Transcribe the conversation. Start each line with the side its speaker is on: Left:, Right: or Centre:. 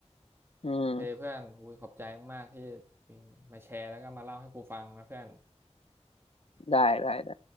Left: อืม
Right: โอเคเพื่อนอุ้ยขอบใจมากๆที่มาแชร์แล้วก็มาเล่าให้กูฟังนะเพื่อน
Left: ได้ได้ได้